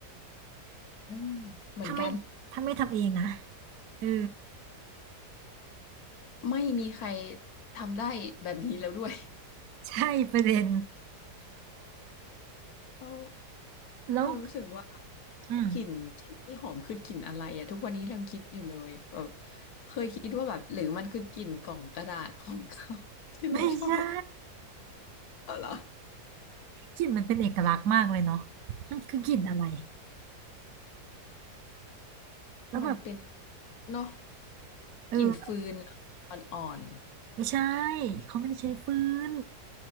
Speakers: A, on the left; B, on the right.
A: อืมเหมือนกัน
B: ถ้าไม่ถ้าไม่ทำเองนะเออ
A: ไม่มีใครทำได้แบบนี้แล้วด้วย
B: ใช่ประเด็น
A: <laughs> เรา
B: แล้ว
A: เรารู้สึกว่า
B: อืม
A: กลิ่นกลิ่นที่หอมคือกลิ่นอะไรอะทุกวันนี้เรายังคิดอยู่เลยแบบเคยคิดว่าแบบหรือมันคือกลิ่นกล่องกระดาษ <laughs> ของเขา <laughs> ที่เราชอบ
B: ไม่ใช่
A: เอาเหรอ
B: กลิ่นมันเป็นเอกลักษณ์มากเลยเนาะมันคือกลิ่นอะไร แล้วแบบ
A: มันเป็นเนาะ
B: เออ
A: กลิ่นฟืนเหรออ่อน
B: ไม่ใช่เขาไม่ได้ใช้ฟืน